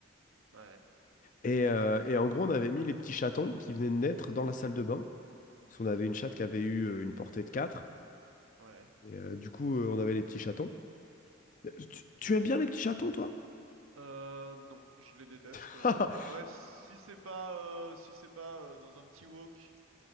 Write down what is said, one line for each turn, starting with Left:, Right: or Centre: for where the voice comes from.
Right: Ouais,
Left: Et, euh, et en gros, on avait mis les petits chatons qui venaient de naître dans la salle de bain. Parce qu'on avait une chatte qui avait eu euh, une portée de 4.
Right: ouais.
Left: Et euh, du coup, euh, on avait les petits chatons. Euh, Tu, tu aimes bien les petits chatons, toi?
Right: Euh, non, je les déteste.
Left: <laughs>
Right: Euh, en vrai,
Left: Ce
Right: si c'est pas, euh, si c'est pas euh, dans un petit wok,